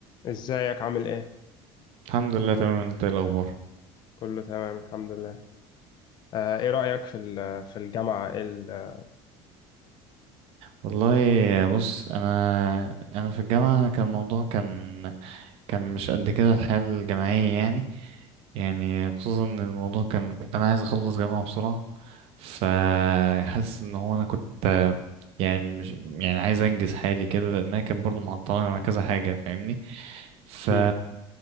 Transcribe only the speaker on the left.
ازيك عامل ايه؟
كله تمام الحمد لله آه ايه رأيك في ال- في الجامعة إيه ال-
مم.